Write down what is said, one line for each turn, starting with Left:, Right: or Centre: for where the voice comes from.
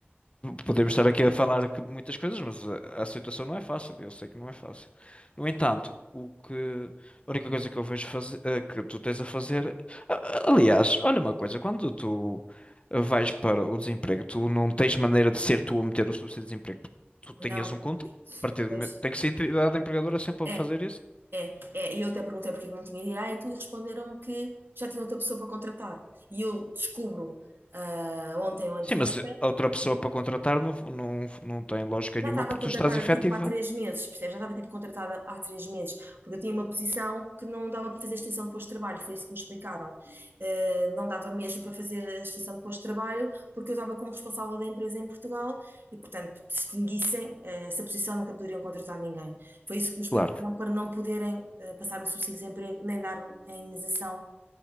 Left: Podemos estar aqui a falar que- muitas coisas, mas a, a situação não é fácil. Eu sei que não é fácil. No entanto, o que, a única coisa que eu vejo fazer, que tu tens a fazer. a- a- Aliás, olha uma coisa: quando tu eh, vais para o desemprego, tu não tens maneira de ser tu a meter o subsídio de desemprego. Tu tenhas
Right: não,
Left: um contrato. A partir do
Right: pois
Left: momento- Tem que ser a entidade empregadora sempre
Right: é,
Left: a fazer isso.
Right: é, é. E eu até perguntei porque é que não tinha direito e responderam-me que já tinha outra pessoa para contratar. E eu descubro ah, ontem ou anteontem
Left: Sim, mas a outra pessoa para contratar não, não, não tem lógica
Right: Já
Left: nenhuma
Right: estava
Left: porque
Right: contratada
Left: tu estás efetiva.
Right: tipo há três meses, percebes? Já estava tipo contratada há três meses, porque eu tinha uma posição que não dava para fazer extensão de posto de trabalho, foi isso que me explicaram. Eh, não dava mesmo para fazer a extensão de posto de trabalho, porque eu estava como responsável da empresa em Portugal e, portanto, se extinguissem, eh, essa posição nunca poderiam contratar ninguém. Foi isso que me explicaram
Left: Claro.
Right: para não poderem eh, passar-me subsídio de desemprego, nem dar-me a indenização.